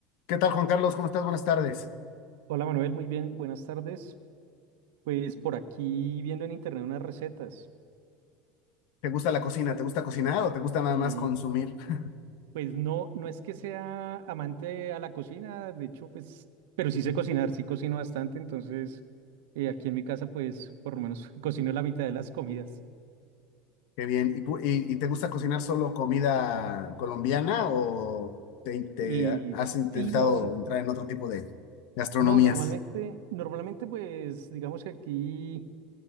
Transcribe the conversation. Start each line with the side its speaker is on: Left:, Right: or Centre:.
Left: ¿Qué tal, Juan Carlos? ¿Cómo estás? Buenas tardes.
Right: Hola Manuel, muy bien, buenas tardes. Pues por aquí viendo en internet unas recetas
Left: ¿Te gusta la cocina? ¿Te gusta cocinar o te gusta nada
Right: y
Left: más consumir? <laughs>
Right: pues no, no es que sea amante a la cocina, de hecho pues, pero sí sé cocinar, sí cocino bastante, entonces eh, aquí en mi casa pues por lo menos <laughs> cocino la mitad de las comidas.
Left: Qué bien. ¿Y, pu- y- y te gusta cocinar solo comida colombiana o te, te
Right: Y
Left: has
Right: sí,
Left: intentado
Right: no, no,
Left: entrar en otro tipo de gastronomías?
Right: no, normalmente, normalmente pues digamos que aquí